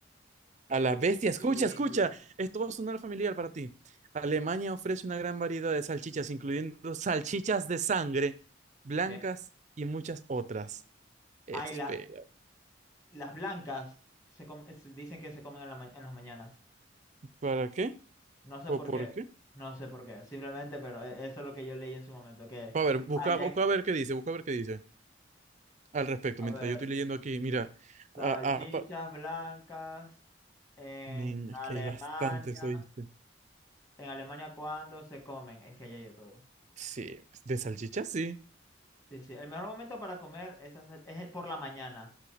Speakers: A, on the right (about 40°); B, on the left (about 20°).
A: A la
B: Yo
A: bestia,
B: quiero.
A: escucha, escucha. Esto va a sonar familiar para ti. Alemania ofrece una gran variedad de salchichas, incluyendo salchichas de sangre, blancas
B: ¿Qué?
A: y muchas otras. Espera,
B: Ay, la, las blancas se com- se dicen que se comen en, la ma- en las mañanas.
A: ¿para qué?
B: No sé
A: ¿O
B: por
A: por
B: qué.
A: qué?
B: No sé por qué. Simplemente, pero e- eso es lo que yo leí en su momento. Que
A: A ver, busca,
B: allá
A: busca
B: en-
A: a ver qué dice, busca a ver qué dice al respecto.
B: A
A: Mientras
B: ver.
A: yo estoy leyendo aquí, mira,
B: Salchichas
A: a- a- pa-
B: blancas en
A: men,
B: Alemania.
A: es que hay bastantes, ¿oíste?
B: ¿En Alemania cuándo se comen? Es que allá hay de todo.
A: Sí, de salchichas, sí.
B: Sí, sí. El mejor momento para comer esas sal- es, el por la mañana.